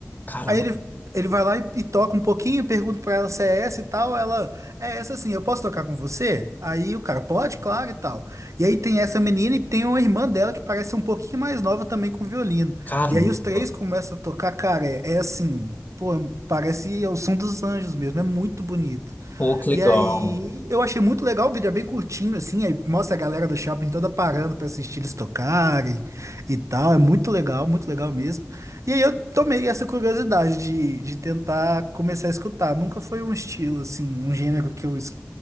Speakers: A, on the left (about 35°); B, on the right (about 70°).
A: Caramba.
B: Aí ele, ele vai lá e, e toca um pouquinho, pergunta pra ela se é essa e tal. Ela, é essa sim, eu posso tocar com você? Aí o cara, pode, claro e tal. E aí tem essa menina e tem uma irmã dela que parece ser um pouquinho mais nova também com violino.
A: Caramba.
B: E aí os três começam a tocar, cara, é, é assim, pô, parece o som dos anjos mesmo, é muito bonito.
A: Pô, que legal.
B: E aí, eu achei muito legal, o vídeo é bem curtinho, assim, aí mostra a galera do shopping toda parando pra assistir eles tocarem e tal. É muito legal, muito legal mesmo. E aí eu tomei essa curiosidade de, de tentar começar a escutar. Nunca foi um estilo, assim, um gênero que eu es-